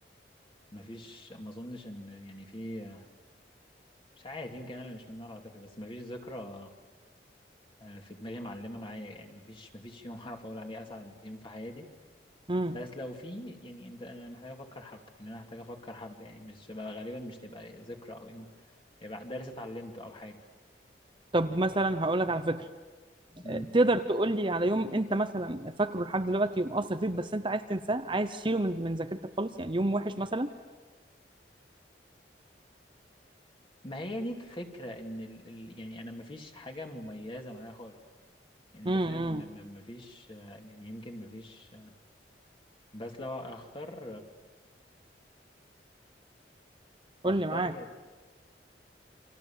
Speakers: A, on the left; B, on the right.
A: ما فيش ما أظنش إن يعني في آه، مش عارف يمكن أنا اللي مش من النوع العاطفي بس ما فيش ذكرى آه، في دماغي معلمة معايا يعني ما فيش ما فيش يوم <laughs> أعرف أقول عليه أسعد يوم في حياتي
B: مم.
A: بس لو في يعني أنت أنا محتاج أفكر حب يعني أنا محتاج أفكر حب يعني مش غالبا مش تبقى ذكرى أو يوم هيبقى درس اتعلمته أو حاجة
B: طب مثلا هقول لك على فكره
A: مم.
B: تقدر تقول لي على يوم انت مثلا فاكره لحد دلوقتي يوم اثر فيك بس انت عايز تنساه عايز تشيله من من ذاكرتك خالص يعني يوم وحش مثلا
A: ما هي دي الفكرة ان ال... ال... يعني انا مفيش حاجة مميزة معايا خالص يعني انت
B: امم
A: فاهم م- م- مفيش آه، يعني يمكن مفيش آه، بس لو اختار اختار
B: قول لي معاك